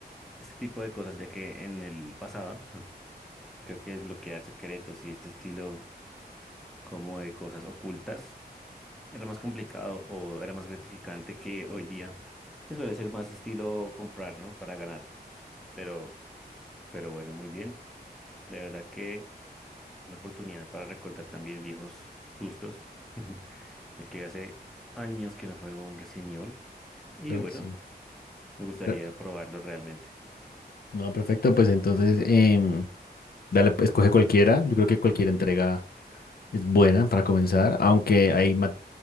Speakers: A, in the centre; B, on the left.
A: este tipo de cosas, ya que en el pasado <laughs> creo que desbloquear secretos y este estilo como de cosas ocultas era más complicado o era más gratificante que hoy día, que suele ser más estilo comprar, ¿no? Para ganar, pero, pero bueno, muy bien. De verdad que... Una oportunidad para recordar también viejos sustos, <laughs> de que hace años que no juego un Resident Evil y
B: Creo
A: bueno,
B: que sí.
A: me gustaría
B: Pe-
A: probarlo realmente.
B: No, perfecto, pues entonces em, dale, pues, escoge cualquiera. Yo creo que cualquier entrega es buena para comenzar, aunque hay ma-